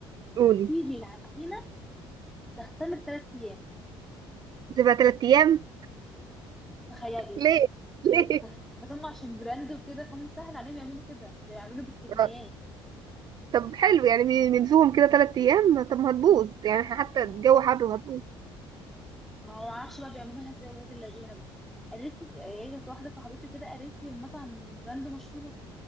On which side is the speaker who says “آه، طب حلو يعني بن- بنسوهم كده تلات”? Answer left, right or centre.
Right